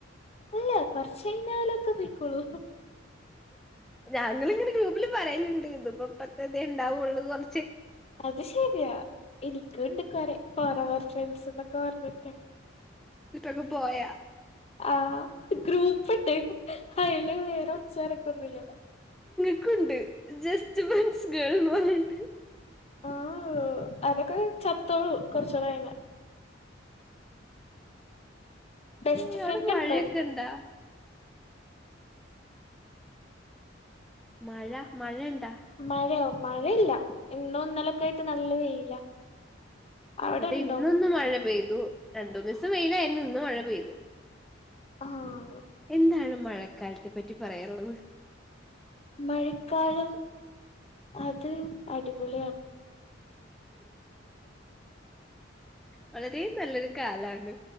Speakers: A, on the left; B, in the centre.
A: ഇല്ല കൊർചെഴിഞ്ഞാലൊക്കെ പോയിക്കോളും.
B: ഞങ്ങളിങ്ങനെ ഗ്രൂപ്പില് പറയല്ണ്ട് ഇതിപ്പോപ്പത്തന്നെ ഉണ്ടാവുള്ളൂ കൊർ
A: അത് ശരിയാ എനിക്കുണ്ട് കൊറേ ഫോറവർ ഫ്രണ്ട്സ് ന്നൊക്കെ പറഞ്ഞിട്ട്
B: ന്നിട്ടൊക്കെ പോയോ?
A: ആഹ് ഗ്രൂപ്പ്ണ്ട്. അയില് വേറെ ഒച്ചീമ് അനക്കോം ഒന്നുല്ല.
B: ക്കുണ്ട് ജസ്റ്റ് ഫ്രണ്ട്‌സ് ഗേൾ പറഞ്ഞാണ്ട്
A: ഓ ഓഹ് അതൊക്കെ ചത്തോളും കൊറച്ചൂടെ കയിഞ്ഞാ ബെസ്റ്റ്
B: ഏ അവിടെ
A: ഫ്രണ്ട്
B: മഴയൊക്കെ
A: ണ്ടോ?
B: ഇണ്ടാ മഴ മഴേണ്ടാ
A: മഴയോ മഴയില്ല ഇന്നും ഇന്നലൊക്കൊയായിട്ട് നല്ല വെയിലാ അവിടെണ്ടോ
B: ഇവിടെ ഇന്നൊന്ന് മഴ പെയ്തു രണ്ട് ദിവസം വെയിലായിരുന്നു ഇന്ന് മഴ പെയ്തു
A: ആഹ്
B: എന്താണ് മഴക്കാലത്തെ പറ്റി പറയാനുള്ളത്
A: മഴക്കാലം അത് അടിപൊളിയാണ്
B: വളരേ നല്ലൊരു കാലാണ്